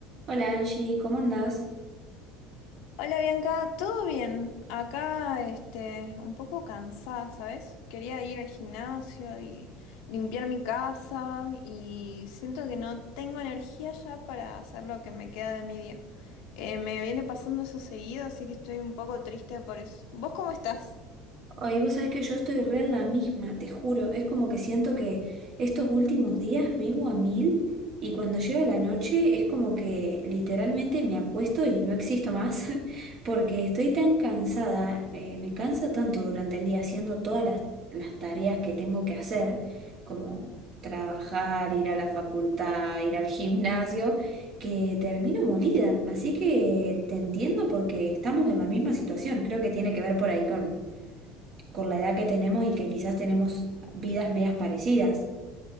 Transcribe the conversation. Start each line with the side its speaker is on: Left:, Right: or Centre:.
Right: Hola Angie, ¿cómo andás?
Left: Hola Bianca, ¿todo bien? Acá, este, un poco cansada, ¿sabes? Quería ir al gimnasio y limpiar mi casa y siento que no tengo energía ya para hacer lo que me queda de mi día. Eh, me viene pasando eso seguido, así que estoy un poco triste por eso. ¿Vos cómo estás?
Right: Ay, vos sabés que yo estoy re en la misma, te juro. Es como que siento que estos últimos días vivo a mil y cuando llega la noche es como que literalmente me acuesto y no existo más <laughs> porque estoy tan cansada, eh, me cansa tanto durante el día haciendo todas las, las tareas que tengo que hacer, como trabajar, ir a la facultad, ir al gimnasio, que termino molida. Así que te entiendo porque estamos en la misma situación. Creo que tiene que ver por ahí con con la edad que tenemos y que quizás tenemos vidas medias parecidas.